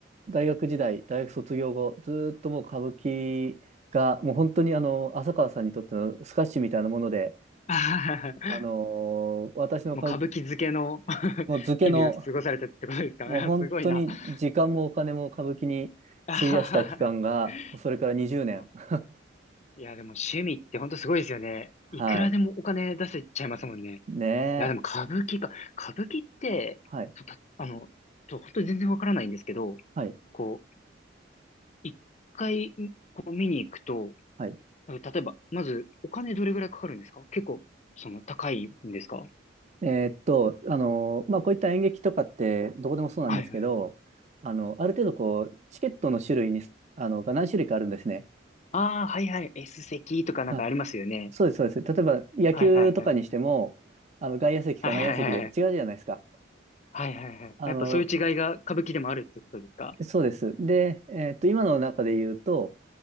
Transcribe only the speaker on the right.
う、大学時代、大学卒業後、ずーっともう歌舞伎が、もう本当にあの、浅川さんにとってのスカッシュみたいなもので、
あのー私の歌舞
もう漬けの、
もう本当に時間もお金も歌舞伎に費やした期間が、
それから20年。
<laughs>
はい。
ね
え。
はい。
はい。
はい。
えーっと、あのーまあ、こういった演劇とかって、どこでもそうなんですけど、
あの、ある程度こう、チケットの種類に、あの、が何種類かあるんですね。
あ、そうです、そうです。例えば、野球とかにしても、
あの、外野席か内野席で違うじゃないですか。
あの、
そうです。で、えっと、今の中で言うと、